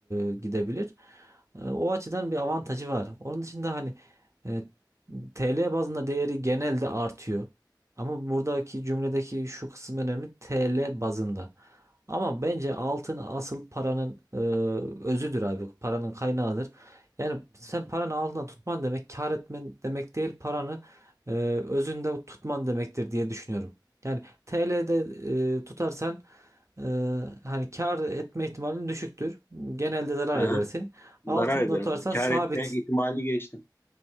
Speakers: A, on the right; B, on the left.
A: e, gidebilir. E, o açıdan bir avantajı var. Onun dışında hani e, TL bazında değeri genelde artıyor. Ama buradaki cümledeki şu kısım önemli. TL bazında. Ama bence altın asıl paranın e, özüdür abi. Paranın kaynağıdır. Yani sen paranı altında tutman demek kar etmen demek değil paranı e, özünde tutman demektir diye düşünüyorum. Yani TL'de e, tutarsan e, hani kar etme ihtimalin düşüktür. Genelde zarar
B: Aha,
A: edersin.
B: zarar
A: Altında
B: ederim.
A: tutarsan
B: Kâr
A: sabit
B: etme ihtimalini geçtim.